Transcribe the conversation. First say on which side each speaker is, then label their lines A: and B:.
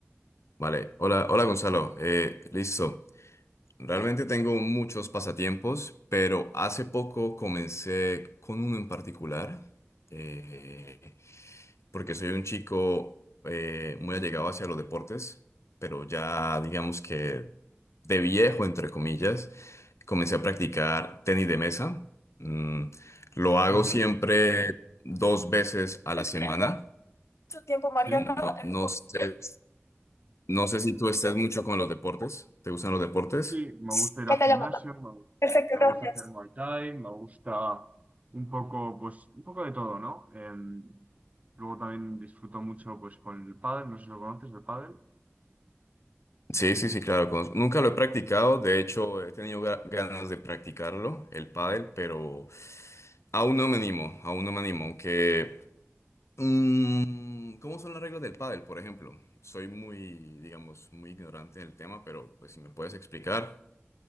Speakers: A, on the left; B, on the right.
A: Vale, hola, hola Gonzalo. Eh, listo. Realmente tengo muchos pasatiempos, pero hace poco comencé con uno en particular, eh, porque soy un chico eh, muy allegado hacia los deportes, pero ya digamos que de viejo, entre comillas, comencé a practicar tenis de mesa. Mm, lo hago
B: Ujú,
A: siempre dos veces a la semana. Mucho tiempo, Mariano.
B: Sí,
A: No, no sé, no sé si tú estás mucho con los deportes. ¿Te gustan los deportes?
B: sí, me gusta ir
A: Ya
B: al
A: te
B: gimnasio,
A: llamo.
B: me, gu-
A: Perfecto,
B: me
A: gracias.
B: gusta hacer Muay Thai, me gusta un poco, pues un poco de todo, ¿no? Em, luego también disfruto mucho, pues con el pádel, no sé si lo conoces, el pádel.
A: Sí, sí, sí, claro. conozco. Nunca lo he practicado. De hecho, he tenido ga- ganas de practicarlo, el pádel, pero aún no me animo, aún no me animo. Aunque, mm, ¿cómo son las reglas del pádel, por ejemplo? Soy muy, digamos, muy ignorante del tema, pero pues si me puedes explicar.